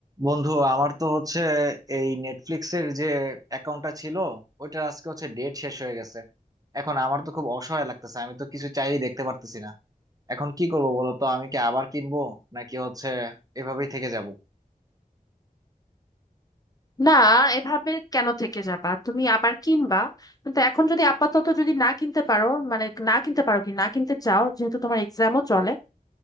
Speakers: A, on the right (about 25°); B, on the left (about 25°).
A: বন্ধু আমার তো হচ্ছে এই নেটফ্লিক্সের যে অ্যাকাউন্টটা ছিল ওইটা আজকে হচ্ছে ডেট শেষ হয়ে গেছে এখন আমার তো খুব অসহায় লাগতেছে আমি তো কিছু চাইলেই দেখতে পারতেছি না এখন কি করবো বলো তো আমি কি আবার কিনবো নাকি হচ্ছে এভাবেই থেকে যাব
B: না এভাবে কেন থেকে যাবা তুমি আবার কিনবা কিন্তু এখন যদি আপাতত যদি না কিনতে পারো মানে না কিনতে পারো কি না কিনতে চাও যেহেতু তোমার এক্সামও চলে